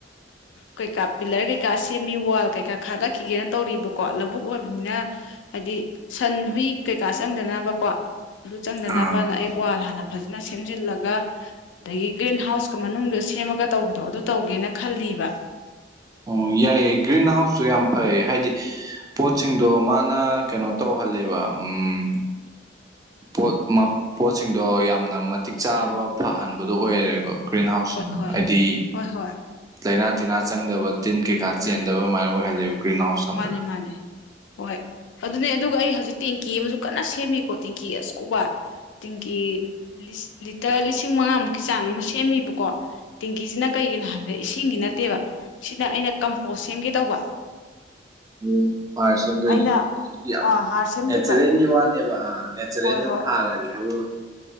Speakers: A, on the left; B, on the right.
A: ꯀꯩꯀꯥ ꯄꯤꯂꯔ ꯀꯩꯀꯥ ꯁꯦꯝꯃꯤ ꯋꯥꯜ ꯀꯩꯀꯥ ꯈꯥꯗꯛꯈꯤꯒꯦꯅ ꯇꯧꯔꯤꯕꯀꯣ ꯂꯧꯕꯨꯛ ꯑꯣꯏꯕꯅꯤꯅ ꯍꯥꯏꯗꯤ ꯁꯟ ꯍꯨꯏ ꯀꯩꯀꯥ ꯆꯪꯗꯅꯕꯀꯣ ꯑꯗꯨ ꯆꯪꯗꯅꯕꯅ
B: ꯑꯥ
A: ꯑꯩ ꯋꯥꯜ ꯍꯥꯟꯅ ꯐꯖꯅ ꯁꯦꯝꯖꯤꯜꯂꯒ ꯑꯗꯒꯤ ꯒ꯭ꯔꯤꯟ ꯍꯥꯎꯁꯀ ꯃꯅꯨꯡꯗ ꯁꯦꯝꯃꯒ ꯇꯧꯕꯗꯣ ꯑꯗꯨ ꯇꯧꯒꯦꯅ ꯈꯜꯂꯤꯕ
B: ꯑꯣ ꯌꯥꯏꯑꯦ ꯒ꯭ꯔꯤꯟ ꯍꯥꯎꯁꯀ ꯁꯨ ꯌꯥꯝ ꯐꯩ ꯍꯥꯏꯗꯤ ꯄꯣꯠꯁꯤꯡꯗꯣ ꯃꯥꯅ ꯀꯩꯅꯣ ꯇꯧꯍꯜꯂꯦꯕ ꯎꯝ
A: <inaudible>
B: ꯄꯣꯠ ꯄꯣꯠꯁꯤꯡꯗꯣ ꯌꯥꯝꯅ ꯃꯠ ꯃꯇꯤꯛ ꯆꯥꯕ
A: ꯎꯝ
B: ꯐꯍꯟꯕꯗꯣ ꯑꯣꯏꯔꯦꯕ ꯒ꯭ꯔꯤꯟ ꯍꯥꯎꯁꯁꯤꯅ
A: ꯍꯣꯏ ꯍꯣꯏ
B: ꯍꯥꯏꯗꯤ
A: ꯍꯣꯏ ꯍꯣꯏ
B: ꯂꯥꯏꯅꯥ ꯇꯤꯟꯅꯥ ꯆꯪꯗꯕ ꯇꯤꯟ ꯀꯩꯀꯥ ꯆꯦꯟꯗꯕ
A: ꯎꯝ
B: ꯑꯗꯨꯃꯥꯏꯅ ꯑꯣꯏꯍꯂꯦꯕ ꯒ꯭ꯔꯤꯟ ꯍꯥꯎꯁ ꯊꯝꯕꯗ
A: ꯃꯥꯅꯦ ꯃꯥꯅꯦ ꯍꯣꯏ ꯑꯗꯨꯅꯦ ꯑꯗꯨꯒ ꯑꯩ ꯍꯧꯖꯤꯛ ꯇꯦꯡꯀꯤ ꯑꯃꯁꯨ ꯀꯟꯅ ꯁꯦꯝꯃꯤꯀꯣ ꯇꯦꯡꯀꯤ ꯑꯆꯧꯕ ꯇꯤꯡꯀꯤ ꯂꯤꯇꯔ ꯂꯤꯁꯤꯡ ꯃꯉꯥꯃꯨꯛꯀꯤ ꯆꯥꯡ ꯑꯃ ꯁꯦꯝꯃꯤꯕꯀꯣ ꯇꯤꯡꯀꯤꯁꯤꯅ ꯀꯩꯒꯤꯅꯣ ꯍꯥꯏꯕꯗ ꯏꯁꯤꯡꯒꯤ ꯅꯠꯇꯦꯕ ꯁꯤꯅ ꯑꯩꯅ ꯀꯝꯄꯣꯁ ꯁꯦꯝꯒꯦ ꯇꯧꯕ
B: ꯎꯝ ꯍꯥꯔ ꯁꯦꯝꯗꯣꯏꯅꯦꯕ
A: ꯑꯩꯅ
B: ꯑꯗꯨꯗꯤ ꯌꯥꯝ
A: ꯑꯥ ꯍꯥꯔ ꯁꯦꯝꯗꯣꯏꯕ
B: ꯅꯦꯆꯔꯦꯜꯒꯤ ꯋꯥꯅꯦꯕ ꯑꯥ ꯅꯦꯆꯔꯦꯜꯗ
A: ꯍꯣꯏ ꯍꯣꯏ
B: ꯊꯥꯔꯒꯦ ꯍꯥꯏꯕꯒꯤ ꯋꯥꯅꯤ